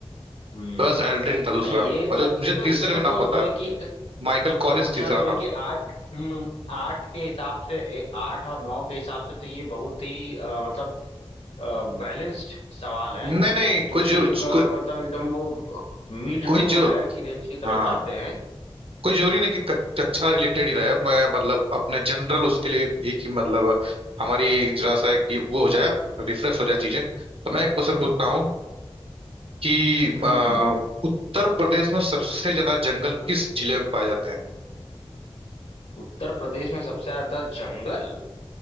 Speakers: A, on the left; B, on the right.
A: हम्म
B: बज एल्ड्रिन था दूसरा
A: नहीं ये
B: और जो
A: तब
B: मुझे
A: तो
B: तीसरे
A: इतने
B: का भी
A: तो
B: नाम पता
A: जो
B: है
A: है कि एक
B: माइकल कॉलिंस
A: कक्षा
B: तीसरा
A: जो है
B: था
A: कि आठ हम्म आठ के हिसाब से ए, आठ और नौ के हिसाब से तो ये बहुत ही अ, मतलब बैलेंस्ड सवाल हैं
B: नहीं नहीं
A: जो
B: कोई
A: कि
B: जो
A: एक अ,
B: कोई
A: मतलब एकदम वो मिड
B: कोई
A: टू
B: जो
A: हायर की रेंज की तरफ
B: हाँ
A: जाते हैं
B: कोई जरूरी नहीं कि कच- कक्षा रिलेटेड ही रहे मैं मतलब अपने जनरल उसके लिए भी कि मतलब हमारी जरा सा है कि वो हो जाए रिफ्रेश हो जाए चीजें तो मैं एक क्वेश्चन पूछता हूँ कि
A: हम्म
B: अ,
A: हम्म
B: उत्तर प्रदेश में सबसे ज्यादा जंगल किस जिले में पाए जाते हैं
A: उत्तर प्रदेश में सबसे ज्यादा जंगल